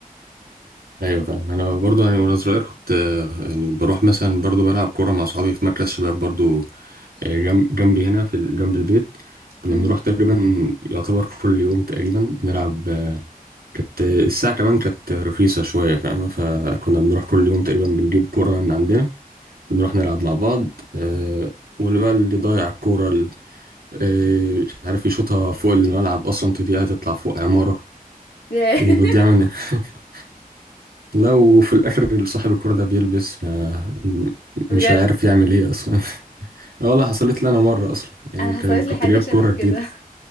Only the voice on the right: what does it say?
ايوه فاهم انا برضو يعني وانا صغير كنت آه، يعني بروح مثلا برضو بلعب كوره مع اصحابي في مركز شباب برضو آه، جنب جنبي هنا في ال- جنب البيت كنا
بنروح تقريبا يعتبر كل يوم تقريبا بنلعب آه، كانت آه، الساعه كمان كانت رخيصه شويه فاهم فكنا بنروح كل يوم تقريبا بنجيب كوره من عندنا بنروح نلعب مع بعض آه، واللي بقى اللي ضايع الكوره ال- آه، مش عارف يشوطها فوق الملعب اصلا تضيع تطلع فوق عماره
وبتضيع مننا <laughs> لو في الاخر صاحب الكرة ده بيلبس ما
مش عارف يعمل ايه اصلا <laughs> اه والله حصلت لي انا مرة اصلا يعني
كان كنت
جايب
كرة
جديدة